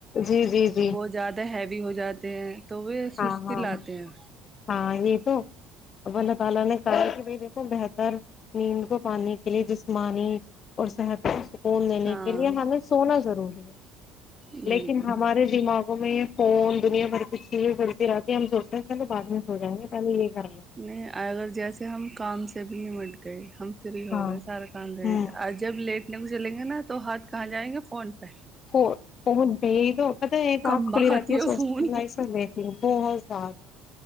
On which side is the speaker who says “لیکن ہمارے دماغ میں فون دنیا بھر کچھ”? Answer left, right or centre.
Left